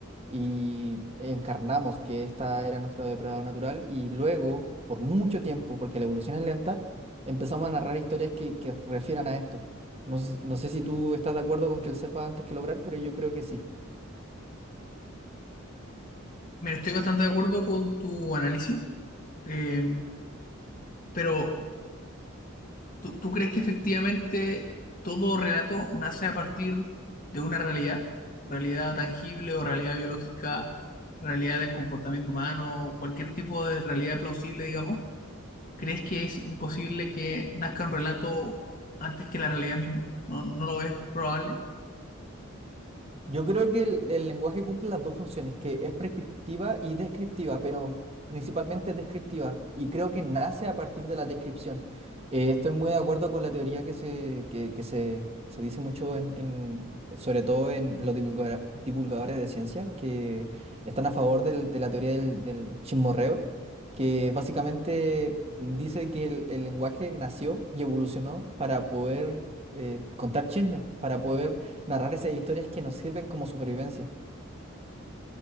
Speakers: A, on the right; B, on the left.
A: y encarnamos que esta era nuestro depredador natural y luego, por mucho tiempo, porque la evolución es lenta, empezamos a narrar historias que, que refieran a esto. No sé, no sé si tú estás de acuerdo con que el ser va antes que lograr, pero yo creo que sí.
B: Mira, estoy bastante de acuerdo con tu análisis, eh, pero ¿Tú, tú crees que efectivamente todo relato nace a partir de una realidad? ¿Realidad tangible o realidad biológica, realidad del comportamiento humano, cualquier tipo de realidad plausible, digamos? ¿Crees que es imposible que nazca un relato antes que la realidad misma? ¿No, no lo ves probable?
A: Yo creo que el, el lenguaje cumple las dos funciones, que es prescriptiva y descriptiva, pero principalmente es descriptiva, y creo que nace a partir de la descripción. Eh, estoy muy de acuerdo con la teoría que se, que, que se, se dice mucho, en, en- sobre todo en los divulgara- divulgadores de ciencia, que están a favor del- de la teoría del, del chismorreo, que básicamente dice que el, el lenguaje nació y evolucionó para poder eh, contar chismes, para poder narrar esas historias que nos sirven como supervivencia.